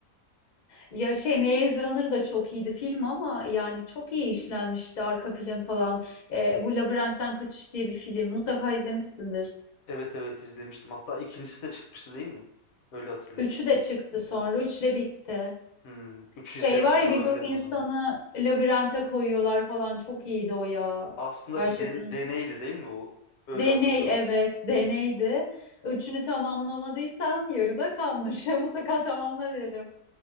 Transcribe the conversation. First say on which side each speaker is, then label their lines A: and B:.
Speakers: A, on the left; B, on the left.
A: Ya şey Maze Runner da çok iyiydi film ama yani çok iyi işlenmişti arka planı falan. Ee, bu Labirentten Kaçış diye bir film mutlaka izlemişsindir.
B: Evet evet izlemiştim. Hatta ikincisi de çıkmıştı değil mi? Öyle hatırlıyorum.
A: Üçü de çıktı sonra üçle bitti.
B: Hmm, üçü
A: Şey
B: izlememiş
A: var ya
B: olabilirim
A: bir grup insanı
B: o zaman.
A: labirente koyuyorlar falan çok iyiydi o ya.
B: Aslında
A: Gerçekten.
B: bir den- deneydi değil mi bu? Öyle
A: Deney
B: hatırlıyorum.
A: evet deneydi. Üçünü tamamlamadıysan yarıda kalmış. <laughs> Mutlaka tamamla derim.